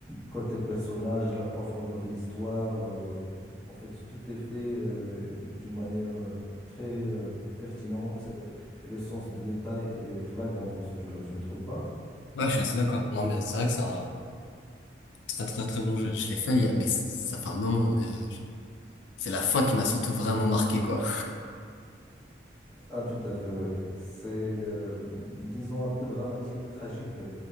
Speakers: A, in the centre; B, on the left (about 85°).
A: côté personnage, la profondeur de l'histoire. euh, en fait, tout est fait euh, d'une manière euh, très euh, pertinente euh, et le sens de détail est flagrant dans ce jeu-là. Tu ne trouves pas?
B: Ouais, je suis assez d'accord. Non, mais c'est vrai que c'est un très très très bon jeu. Je l'ai fait, il y a- mais ça fait un moment. Mais euh, je- c'est la fin qui m'a surtout vraiment marqué, quoi.
A: Ah, tout à fait, oui. C'est, euh, disons, un peu dramatique, tragique,